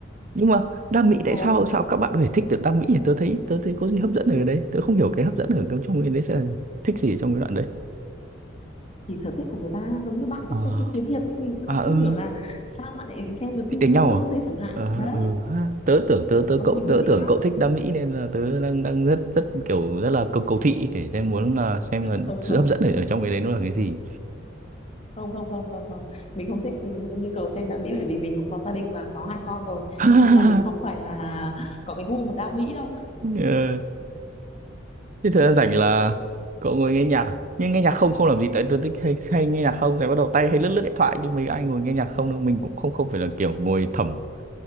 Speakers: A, on the right; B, on the left.
A: nhưng mà đam
B: đúng
A: mỹ
B: rồi
A: tại sao sao các bạn có thể thích được đam mỹ nhỉ tớ thấy tớ thấy có gì hấp dẫn ở đấy tớ không hiểu cái hấp dẫn ở trong trong cái đấy sẽ là thích gì ở trong cái đoạn đấy
B: thì sở thích của người ta giống như bạn
A: à,
B: thích xem phim kiếm hiệp ấy mình cũng
A: à
B: đang
A: ừ
B: không hiểu là sao bạn lại xem được
A: thích
B: phim
A: đánh
B: Kim
A: nhau
B: Dung
A: à
B: thế chẳng hạn
A: Ờ,
B: đấy
A: ừ ha. tớ tưởng tớ tớ
B: còn
A: cậu
B: mình
A: tớ
B: thì thích
A: tưởng
B: khác
A: cậu thích đam mỹ nên là tớ đang đang rất rất kiểu rất là cầu cầu thị để xem muốn là xem là
B: không
A: sự
B: không
A: hấp dẫn ở, ở trong cái đấy nó là cái gì
B: không không không không không mình không thích mình không nhu cầu xem đam mỹ bởi vì mình cũng có gia đình và có hai con rồi
A: <laughs>
B: nên là mình không phải là <laughs> có cái gu mà đam mỹ đâu
A: Ờ, Thế thời gian rảnh là cậu ngồi nghe nhạc à? Nhưng nghe nhạc không không làm gì tại tôi thích hay, hay nghe nhạc không thì bắt đầu tay hay lướt lướt điện thoại nhưng mấy ai ngồi nghe nhạc không đâu mình cũng không không phải là kiểu ngồi thẩm